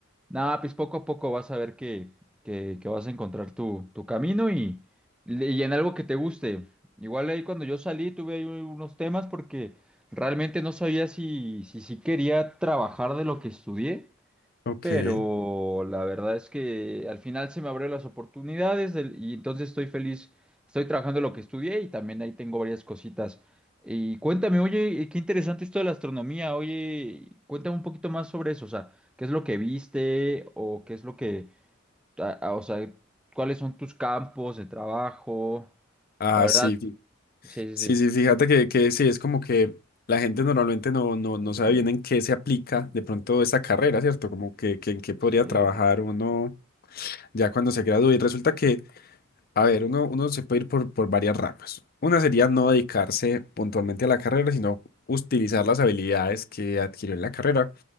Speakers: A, in the centre; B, on the left.
A: nada, pues poco a poco vas a ver que, que, que vas a encontrar tu, tu camino y, y en algo que te guste. Igual ahí cuando yo salí tuve ahí unos temas porque realmente no sabía si, si, si quería trabajar de lo que estudié
B: Ok.
A: pero la verdad es que al final se me abrieron las oportunidades del- y entonces estoy feliz, estoy trabajando lo que estudié y también ahí tengo varias cositas. Y cuéntame, oye, y qué interesante esto de la astronomía, oye, cuéntame un poquito más sobre eso, o sea, ¿qué es lo que viste o qué es lo que, a- a- o sea, cuáles son tus campos de trabajo?
B: Ah,
A: La verdad,
B: sí.
A: sí, sí,
B: Sí,
A: sí.
B: sí, fíjate que, que sí, es como que la gente normalmente no, no, no sabe bien en qué se aplica de pronto esta carrera, ¿cierto? Como que, que en qué podría
A: Cier-
B: trabajar uno ya cuando se gradúe. Y resulta que, a ver, uno, uno se puede ir por, por varias ramas. Una sería no dedicarse puntualmente a la carrera, sino utilizar las habilidades que adquirió en la carrera,